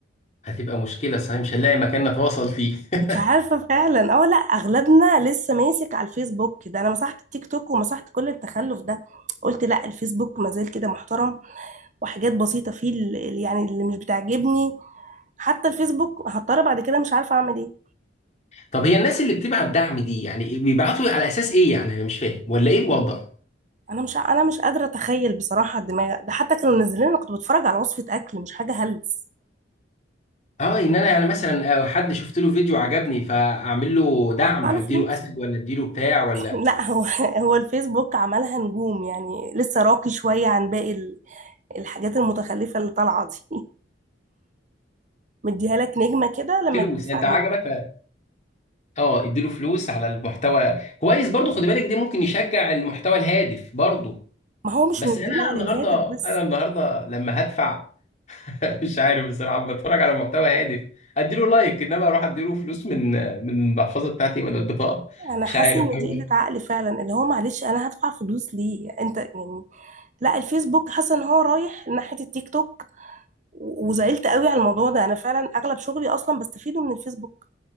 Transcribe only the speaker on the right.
مش عارفة فعلا اه لا اغلبنا لسه ماسك على الفيسبوك ده انا مسحت التيك توك ومسحت كل التخلف ده قلت لا الفيسبوك مازال كده محترم وحاجات بسيطة فيه اللي يعني اللي مش بتعجبني حتى الفيسبوك هضطر بعد كده مش عارفه اعمل ايه
انا مش انا مش قادره اتخيل بصراحه الدماغ ده حتى كانوا منزلين انا كنت بتفرج على وصفه اكل مش حاجه هلس
بدفع له
فلوس
<laughs> لا هو هو الفيسبوك عملها نجوم يعني لسه راقي شويه عن باقي ال- الحاجات المتخلفه اللي طالعه دي <laughs> مديها لك نجمه كده لما
تدوس
عليه
ما هو مش
منزلها
للهادف بس
انا
حاسه
ان دي قله عقل فعلا اللي هو معلش انا هدفع فلوس ليه انت يعني لا الفيسبوك حاسه ان هو رايح ناحيه التيك توك وزعلت قوي على الموضوع ده انا فعلا اغلب شغلي اصلا بستفيده من الفيسبوك